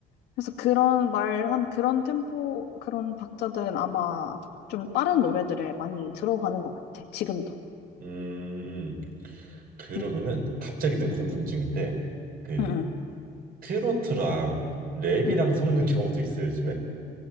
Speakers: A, on the left; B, on the right.
A: 그래서 그런 말한 그런 템포, 그런 박자들은 아마 좀 빠른 노래들에 많이 들어가는 것 같아, 지금도.
B: 음, 그러면은
A: 응,
B: 갑자기 든 궁금증인데 그
A: 응, 응.
B: 트로트랑 랩이랑
A: 응.
B: 섞는 경우도 있어요, 요즘에?